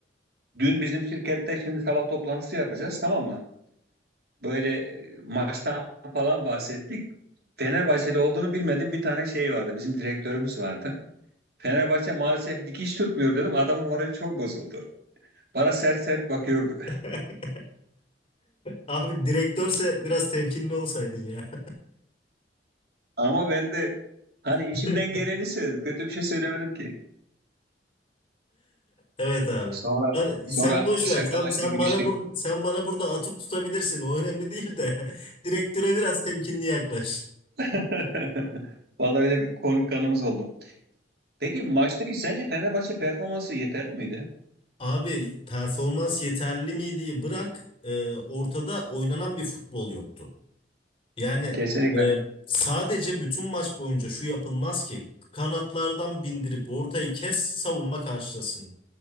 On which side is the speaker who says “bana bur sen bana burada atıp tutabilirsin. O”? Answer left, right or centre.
Left